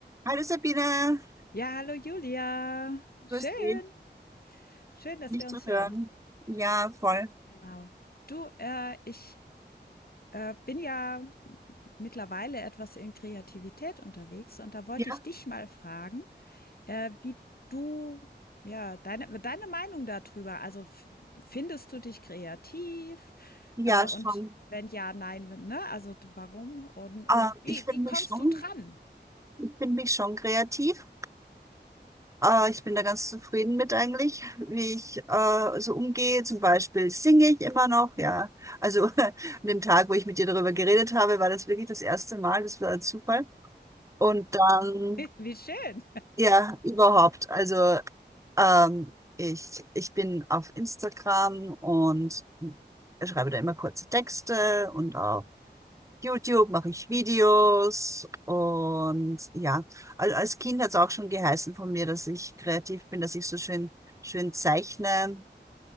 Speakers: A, on the right; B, on the left.
A: Hallo Sabine,
B: Ja, hallo Julia. Schön,
A: grüß dich,
B: schön, dass
A: dich
B: wir
A: zu
B: uns
A: hören.
B: hören.
A: Ja, voll.
B: Genau. Du, äh, ich äh, bin ja m- mittlerweile etwas in Kreativität unterwegs und da wollte
A: Ja,
B: ich dich mal fragen, äh, wie du, ja, deine, deine Meinung darüber. Also f- findest du dich kreativ?
A: ja,
B: Äh, und
A: schon.
B: wenn ja, nein, wenn- ne? Also warum? Und,
A: Äh,
B: und wie,
A: ich finde
B: wie kommst
A: mich schon,
B: du dran?
A: ich finde mich schon kreativ. Äh, ich bin da ganz zufrieden mit eigentlich, wie ich äh, so umgehe. Zum Beispiel singe ich immer noch, ja. Also <laughs> an dem Tag, wo ich mit dir darüber geredet habe, war das wirklich das erste Mal, das war ein Zufall. Und dann,
B: <laughs> Wie schön.
A: ja, überhaupt. Also Ähm, ich, ich bin auf Instagram und schreibe da immer kurze Texte und auf YouTube mache ich Videos und ja, al- als Kind hat es auch schon geheißen von mir, dass ich kreativ bin, dass ich so schön, schön zeichne,